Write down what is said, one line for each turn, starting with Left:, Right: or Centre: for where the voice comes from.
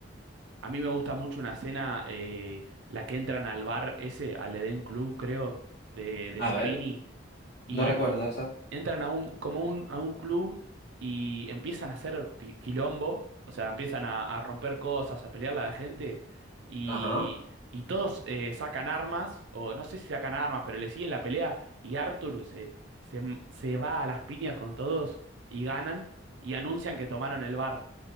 Right: A mí me gusta mucho una escena, eh, la que entran al bar ese, al Eden Club, creo, de, de
Left: A
Right: Sabini,
Left: ver.
Right: y
Left: No recuerdo eso.
Right: entran a un, como un, a un club y empiezan a hacer pi- quilombo, o sea, empiezan a, a romper cosas, a pelearle a la gente, y,
Left: Ajá.
Right: y todos eh, sacan armas, o no sé si sacan armas, pero le siguen la pelea, y Arthur se, se, se va a las piñas con todos y ganan, y anuncian que tomaron el bar.